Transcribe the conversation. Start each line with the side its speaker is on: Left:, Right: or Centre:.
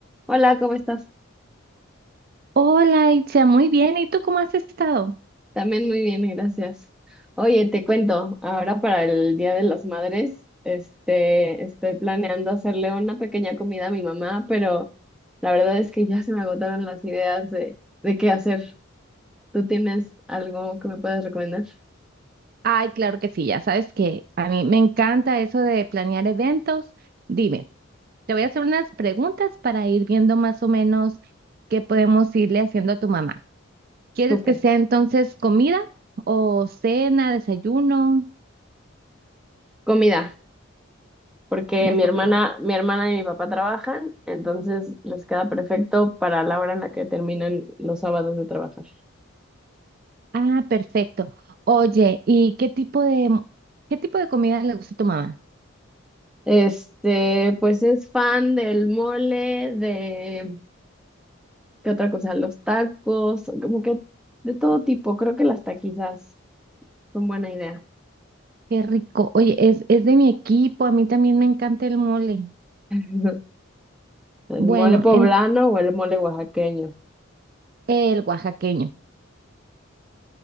Centre: Hola, ¿cómo estás?
Right: Hola, Itzia, muy bien. ¿Y tú cómo has estado?
Centre: También muy bien, gracias. Oye, te cuento, ahora para el Día de las Madres, este, estoy planeando hacerle una pequeña comida a mi mamá, pero la verdad es que ya se me agotaron las ideas de, de qué hacer. ¿Tú tienes algo que me puedas recomendar?
Right: Ay, claro que sí, ya sabes que a mí me encanta eso de planear eventos. Dime, te voy a hacer unas preguntas para ir viendo más o menos qué podemos irle haciendo a tu mamá. ¿Quieres
Centre: Súper.
Right: que sea entonces comida o cena, desayuno,
Centre: Comida, porque
Right: una
Centre: mi
Right: comida?
Centre: hermana, mi hermana y mi papá trabajan, entonces les queda perfecto para la hora en la que terminan los sábados de trabajar.
Right: Ah, perfecto. Oye, ¿y qué tipo de qué tipo de comida le gusta a tu mamá?
Centre: Este, pues es fan del mole, de, ¿qué otra cosa? Los tacos, como que de todo tipo. Creo que las taquizas son buena idea.
Right: Qué rico. Oye, es, es de mi equipo, a mí también me encanta el mole.
Centre: <laughs> El
Right: Bueno,
Centre: mole poblano
Right: en
Centre: o el mole oaxaqueño,
Right: El oaxaqueño.